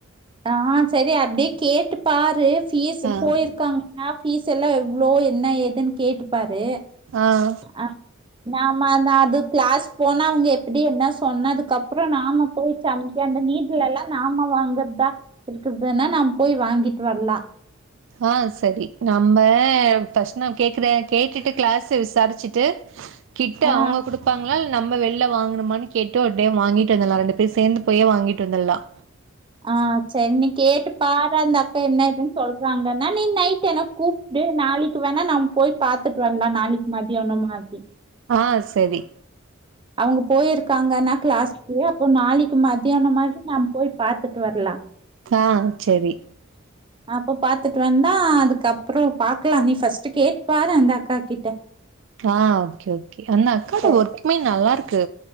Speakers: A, on the right (about 25°); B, on the right (about 65°).
A: ஆஹ சரி அப்படியே கேட்டு பாரு இஸ்
B: ஆ
A: போயிருக்காங்க நான் பீஸ் எல்லாம் எவ்வளோ என்ன ஏதுன்னு கேட்டு பரு
B: ஆ
A: ஹ நாம அந்த அது கிளாஸ் போனா அவங்க எப்படி என்ன சொன்னதுக்கப்பறம் நாமு போயி சாமைக்கு அந்த வீட்டுல எல்லாம் நாம வாங்கறதா இருகர்தானுன்னா நாம் போய் வாங்கிட்டு வரலாம்
B: ஆஹ சரி நம்ம பஸ்ட் நான் கேக்குறேன் கேட்டுட்டு கிளாஸ் விசாரிச்சுட்டு கிட்ட
A: ஆ
B: அவங்க கொடுப்பாங்களா நம்ம வெளில வாங்கணுமான்னு கேட்டு ஒரு டைம் வாங்கிட்டு வந்தலாம் ரெண்டு பேரும் சேர்ந்து போயே வாங்கிட்டு வந்துடலாம்
A: ஆ செரி நீ கேட்டு பாரு அந்த அக்கா என்ன இதுன்னு சொல் வாங்கன்னா நீ நைட் என்னா கூப்பிட்டு நாளக்கு வேணா நம் போய் பாத்துட்டு வரலாம் நாளக்கு மத்தியானம் மாரி
B: ஆ சரி
A: அவங்க போயிருக்காங்கன்னா கிளாசுக்கு அப்போது நாளைக்கு மத்ததியானமா நம் பாத்துட்டு வரலாம்
B: ஆ செரி
A: அப்ப பாத்துட்டு வந்தா அதுக்கப்பறம் பாக்கலாம் நீ ஃபர்ஸ்ட் கேட் பாரு அக்கா கிட்ட
B: ஆ ஓகே ஓகே அந்த அக்காட
A: சரி
B: ஒர்க்மே நல்லா க்கு